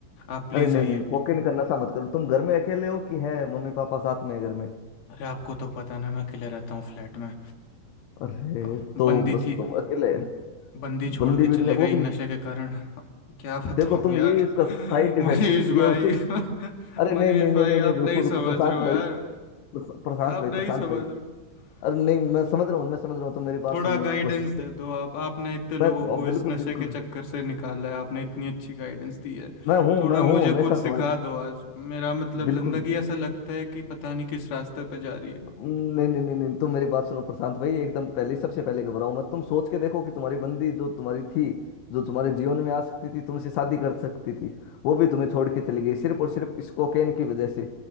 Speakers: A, on the left; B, on the left.
A: आप प्लीज़
B: अरे नहीं
A: आइए
B: नहीं कोकेन का नशा मत करो तुम घर में अकेले हो कि है मम्मी पापा साथ में है घर में
A: अरे आपको तो पता है ना मैं अकेले रहता हूँ फ्लैट में
B: अरे
A: अ,
B: तो
A: बंदी
B: बस
A: थी
B: तुम अकेले
A: ब- बंदी छोड़
B: बंदी
A: के
B: भी
A: चले
B: नहीं
A: गई
B: वो भी
A: नशे
B: नहीं।
A: के कारण क्या बताऊं
B: देखो तुम
A: यार
B: ये इसका
A: <laughs>
B: साइड इफेक्ट
A: मनीष
B: ये
A: भाई
B: उसी
A: <laughs>
B: अरे नहीं
A: मनीष
B: नहीं नहीं
A: भाई
B: नहीं नहीं
A: आप
B: रुको
A: नहीं
B: रुको
A: समझ
B: प्रशांत
A: रहे हो यार
B: भाई प्रश- प्रशांत
A: आप
B: भाई
A: नहीं
B: प्रशांत
A: समझ
B: भाई
A: रहे हो
B: अरे नहीं
A: मुझे
B: मैं समझ रहा हूँ मैं समझ रहा हूँ तुम मेरी बात
A: थोड़ा
B: सुनने
A: गाइडेंस
B: की कोशिश
A: दे
B: करो
A: दो आप आपने इतने लोगों
B: मैं बिल्कुल
A: को इस
B: बिल्कुल
A: नशे
B: बिल्कुल-
A: के चक्कर से निकाला है आपने इतनी अच्छी गाइडेंस दी है
B: मैं हूँ
A: थोड़ा
B: मैं हूँ
A: मुझे
B: हमेशा
A: कुछ सिखा
B: तुम्हारे पास
A: दो आज मेरा मतलब
B: बिल्कुल
A: ज़िंदगी ऐसा लगता है कि पता नहीं किस रास्ते पे जा रही है
B: नहीं नहीं नहीं नहीं तुम मेरी बात सुनो प्रशांत भाई एकदम पहले सबसे पहले घबराओ मत तुम सोच के देखो कि तुम्हारी बंदी जो तुम्हारी थी जो तुम्हारे जीवन में आ सकती थी तुमसे शादी कर सकती थी वो भी तुम्हें छोड़ के चली गई सिर्फ और सिर्फ इस कोकेन की वजह से